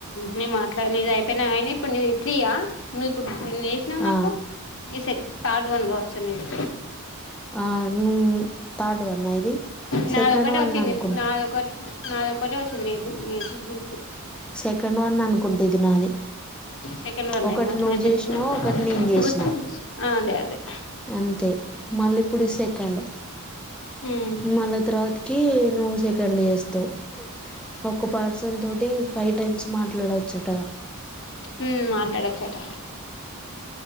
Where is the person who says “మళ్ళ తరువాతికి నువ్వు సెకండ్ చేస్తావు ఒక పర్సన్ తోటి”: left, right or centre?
Centre